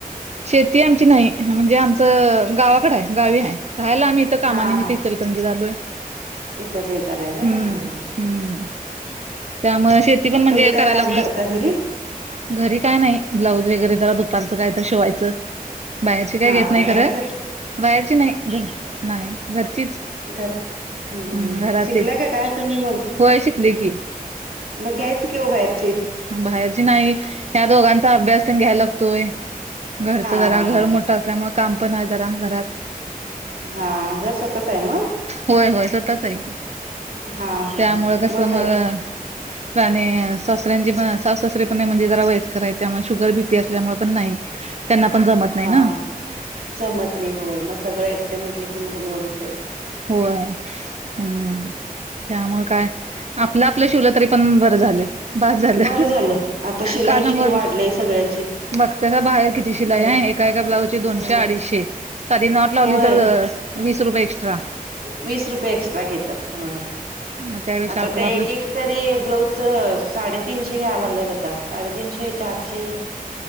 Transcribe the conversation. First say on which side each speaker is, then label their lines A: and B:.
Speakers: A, on the right; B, on the right.
A: शेती आमची नाही म्हणजे आमचं गावाकड आहे गावी आहे राहायला आम्ही कामाने
B: हा
A: मी
B: हा
A: तेचलकंजी झालोय
B: इचलकरंजीला आहे व्हय
A: हम्म
B: हा हा हा
A: हम्म त्यामु शेती पण म्हणजे
B: तुम्ही काय
A: करायलाग
B: काम करता घरी
A: घरी काय नाही ब्लाऊज वगरे जरा दुपारचं काय तर शिवायचं बाहेरची काय
B: हा
A: घेत
B: हा
A: नाही
B: बाहेरच
A: खरं बाहेरची नाही घ नाही घरचीच
B: घर हम्म
A: हम् घरातलीच
B: शिकलाय का काय तुम्ही मग
A: होय शिकली की
B: मग घ्यायच कि ओ बाहेरची
A: बाहेरची नाही ह्या दोघांचा अभ्यास ते घ्यायला लागतोय घरच
B: हा
A: जरा
B: हा
A: घर
B: हा
A: मोठं असल्यामुळे काम पण आहे जरा घरात
B: हा घर स्वतःच आहे मग
A: होय होय स्वतःच आहे की
B: हा हा
A: त्यामुळं
B: हा हा
A: कस
B: मग
A: मला
B: घर
A: आणि सासऱ्यांचे पण स ससरे पण नाही म्हणजे जरा वयस्करराय त्यामुळे शुगर बी पी असल्यामुळे पण नाही त्यांना पण जमत नाही
B: हा
A: ना
B: जमत नाही होय मग सगळं एकटे म्हटले की मग लोड होतेय
A: होय हम् त्यामुळे काय आपलं आपलं शिवला तरी पण बरं झालं बस झालं
B: बरं आता शिलाई
A: काय सांगू
B: किती
A: आता
B: वाढलीय सगळ्याची
A: बघते ना बाहेर किती शिलाई
B: भर
A: आहे एका एका ब्लाउज ची दोनशे
B: होय
A: अडीचशे साधी नोटलावली
B: होय
A: तर वीस रुपये एक्स्ट्रा
B: वीस रुपये एक्स्ट्रा घेतात होय
A: मग त्यापेक्षा
B: आता
A: आपलं
B: ते
A: आपलं
B: एक एक तरी ब्लाज साडेतीीनशे घ्या लागलेत आता साडेतीीनशे चारशे